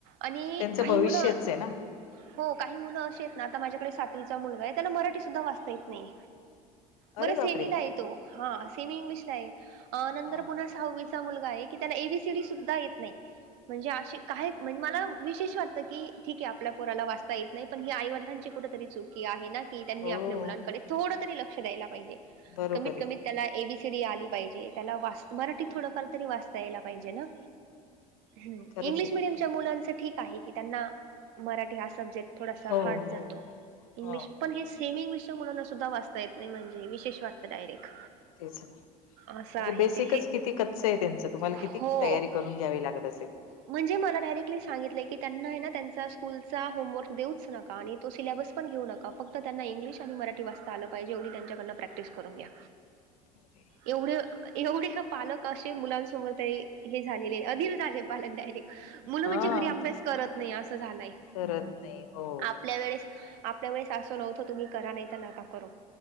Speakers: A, on the right (about 50°); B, on the left (about 65°).
A: आणि
B: त्यांचं
A: काही
B: भविष्यचय
A: मुलं
B: ना
A: हो काही मुलं अशी आहेत ना आता माझ्याकडे सातवीचा मुलगा आहे त्याला मराठी सुद्धा वाचता येत नाहीय बरं
B: अरे
A: सेमीलाय
B: बापरे
A: तो हा सेमी इंग्लिशलाय नंतर
B: हा.
A: पुन्हा सहावीचा मुलगाय की त्याला एबीसीडी सुद्धा येत नाही म्हणजे असे काय म्हणजे मला विशेष वाटतं की ठीकय आपल्या पोराला वाचता येत नाही पण हे आई वड लांची कुठेतरी चुकीय की त्यांनी
B: हो
A: आपल्या मुलांकडे थोड तरी लक्ष द्यायला पाहिजे
B: बरोबर
A: कमीत
B: आहे
A: कमी त्याला ए बी सी डी आली पाहिजे त्याला वाच मराठीत
B: हा.
A: थोडंफार तरी वाचता यायला पाहिजे ना. हम्म
B: खरंच
A: इंग्लिश
B: आहे
A: मिडियमच्या मुलांचं ठीक आहे की त्यांना मराठी हा सब्जेक्ट थोडासा
B: हो
A: हार्ड
B: हो
A: जातो.
B: हो
A: इंग्लिश
B: हो
A: पण हे सेम इंग्लिशच्या मुलांना सुद्धा वाचता येत नाही म्हणजे विशेष वाटत. डायरेक्
B: तेच ना
A: असं
B: म्हणजे
A: आहे
B: बेसिकच
A: ते.
B: किती कच्च आहे त्यांचं तुम्हाला किती
A: हो
B: तयारी करून घ्यावी लागत असेल.
A: म्हणजे मला डायरेक्टली सांगितलंय की त्यांना ना त्यांचा स्कूलचा होमवर्क देऊच नका आणि तो सिलेबस पण येऊ नका फक्त त्यांना इंग्लिश आणि मराठी वाचता आल पाहिजे एवढी त्यांच्याकड प्रॅक्टिस करून घ्या.
B: अरे
A: एवढे एवढे हे पालक अशे मुलांन समोर हे झालेले अधिक. डायरेक मुल
B: हा
A: म्हणजे घरी अभ्यास करत नाही अस झालय
B: करत नाही हो
A: आप ल्या वेळेस आपल्या वेळेस असं नव्हतं तुम्ही करा नाही तर नका करू.